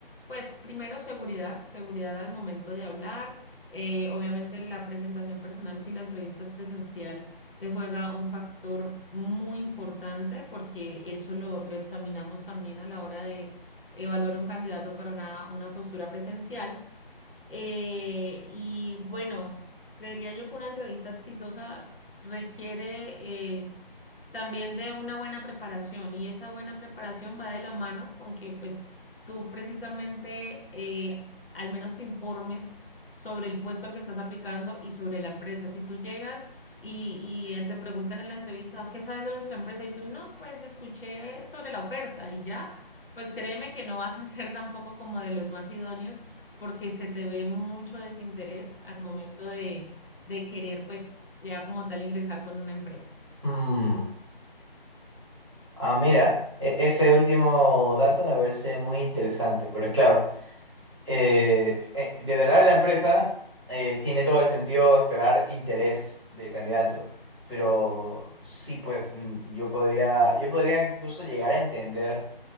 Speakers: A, on the left (about 70°); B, on the right (about 30°).
A: pues primero seguridad, seguridad al momento de hablar. Eh, obviamente la presentación personal, si la entrevista es presencial, te juega un factor muy importante porque eso lo, lo examinamos también a la hora de evaluar un candidato para una, una postura presencial. Eh, y bueno, creería yo que una entrevista exitosa requiere eh, también de una buena preparación y esa buena preparación va de la mano con que pues tú precisamente eh, al menos te informes sobre el puesto al que estás aplicando y sobre la empresa. Si tú llegas y, y eh, te preguntan en la entrevista, ¿qué sabes de nuestra empresa? Y tú no, pues escuché sobre la oferta y ya, pues créeme que no vas a ser tampoco como de los más idóneos porque se te ve mucho desinterés al momento de, de querer, pues, ya como tal ingresar con una empresa.
B: Mm, Ah, mira, e- ese último dato me parece muy interesante, pero es claro, eh, eh, desde el lado de la empresa eh, tiene todo el sentido esperar interés del candidato, pero sí, pues mm, yo podría, yo podría incluso llegar a entender.